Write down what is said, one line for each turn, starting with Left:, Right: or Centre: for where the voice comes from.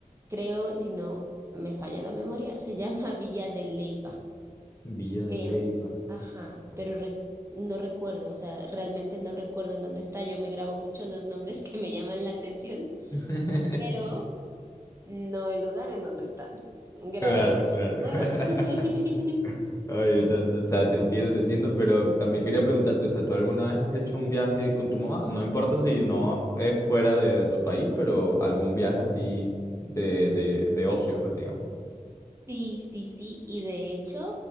Right: Creo, si no me falla la memoria, se llama <laughs> Villa de Leyva,
Left: Villa de
Right: pero,
Left: Leyva.
Right: ajá, pero re- no recuerdo, o sea, realmente no recuerdo en dónde está, yo me grabo mucho los nombres <laughs> que me llaman la atención,
Left: <laughs>
Right: pero... No el lugar en donde están. Grave
Left: Claro,
Right: error.
Left: claro.
Right: <laughs>
Left: <laughs> Oye, no, no, o sea, te entiendo, te entiendo, pero también quería preguntarte, o sea, ¿tú alguna vez has hecho un viaje con tu mamá? No importa si no es fuera de, de tu país, pero algún viaje así de, de, de ocio, pues, digamos.
Right: Sí, sí, sí, y de hecho,